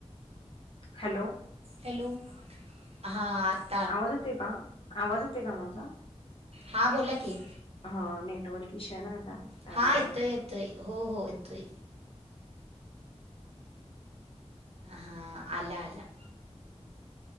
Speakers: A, on the left (about 50°); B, on the right (about 60°).
A: हॅलो.
B: हॅलो. हा. आत -
A: आवाज येतोय का? आवाज येतोय का माझा?
B: हां बोला की.
A: हा. नेटवर्क इशु आहे ना आता त्यामुळे.
B: हां येतोय येतोय. हो हो येतोय. हा. आला आला.